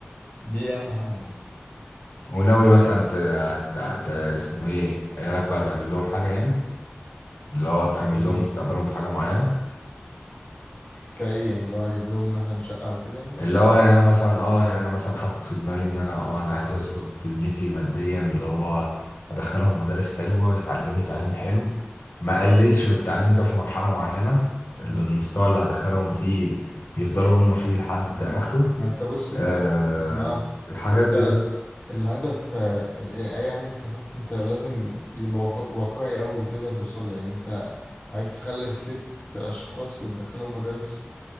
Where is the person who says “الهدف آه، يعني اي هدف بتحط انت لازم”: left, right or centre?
Left